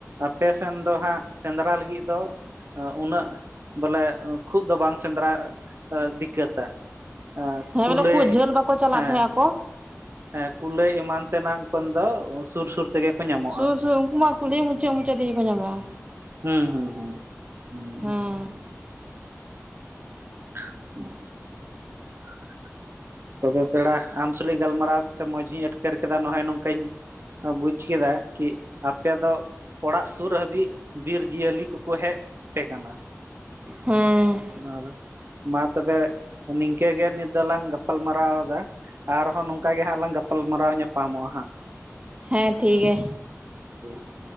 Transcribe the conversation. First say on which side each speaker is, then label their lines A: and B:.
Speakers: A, on the right; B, on the right.
A: ᱟᱯᱮ ᱥᱮᱱ ᱫᱚ ᱦᱟᱸᱜ ᱥᱮᱸᱫᱽᱨᱟ ᱞᱟᱹᱜᱤᱫ ᱫᱚ ᱩᱱᱟᱹᱜ ᱵᱚᱞᱮ ᱠᱷᱩᱜ ᱫᱚ ᱵᱟᱝ ᱥᱮᱸᱫᱽᱨᱟ ᱫᱤᱠᱠᱟᱹᱛᱟ ᱟᱨ
B: ᱦᱮᱸ
A: ᱠᱩᱞᱟᱹᱭ
B: ᱵᱚᱞᱮ ᱠᱷᱩᱵ ᱡᱷᱟᱹᱞ ᱵᱟᱠᱚ ᱪᱟᱞᱟᱜ
A: ᱦᱮᱸ
B: ᱛᱟᱦᱮᱸ ᱟᱠᱚ
A: ᱦᱮᱸ ᱠᱩᱞᱟᱹᱭ ᱮᱢᱟᱱ ᱛᱮᱱᱟᱜ ᱠᱚᱱ ᱫᱚ ᱥᱩᱨ ᱥᱩᱨ ᱛᱮ ᱜᱮᱠᱚ ᱧᱟᱢᱚᱜ
B: ᱥᱩᱨ ᱥᱩᱨ ᱩᱱᱠᱩ ᱢᱟ ᱠᱩᱞᱤ ᱢᱩᱪᱟᱹᱫ ᱢᱩᱪᱟᱹᱫ ᱛᱮᱜᱮ ᱠᱚ ᱧᱟᱢᱚᱜᱼᱟ
A: ᱦᱩᱸ ᱦᱩᱸ ᱦᱩᱸ
B: ᱦᱮᱸ
A: <unintelligible> ᱛᱚᱵᱮ ᱯᱮᱲᱟ ᱟᱢ ᱥᱩᱞᱤᱡ ᱜᱟᱞᱢᱟᱨᱟᱣ ᱠᱟᱛᱮ ᱢᱚᱸᱡᱽ ᱤᱧ ᱟᱴᱠᱟᱹᱨ ᱠᱮᱫᱟ ᱱᱚᱜᱼᱚᱭ ᱱᱚᱝᱠᱟᱧ ᱵᱩᱡᱽ ᱠᱮᱫᱟ ᱠᱤ ᱟᱯᱮ ᱫᱚ ᱚᱲᱟᱜ ᱥᱩᱨ ᱦᱟᱹᱵᱤᱡ ᱵᱤᱨ ᱡᱤᱭᱟᱹᱞᱤ ᱠᱚᱠᱚ ᱦᱮᱡ ᱯᱮ ᱠᱟᱱᱟ
B: ᱦᱮᱸ
A: ᱟᱨ ᱢᱟ ᱛᱚᱵᱮ ᱱᱤᱝᱠᱟᱹ ᱜᱮ ᱱᱤᱛ ᱫᱚᱞᱟᱝ ᱜᱟᱯᱟᱞᱢᱟᱨᱟᱣᱫᱟ ᱟᱨᱦᱚᱸ ᱱᱚᱝᱠᱟ ᱜᱮ ᱦᱟᱸᱜ ᱞᱟᱝ ᱜᱟᱯᱟᱞᱢᱟᱨᱟᱣ ᱧᱟᱯᱟᱢᱚᱜᱼᱟ ᱦᱟᱸᱜ
B: ᱦᱮᱸ ᱴᱷᱤᱠ ᱜᱮᱭᱟ
A: ᱦᱮᱸ <inaudible>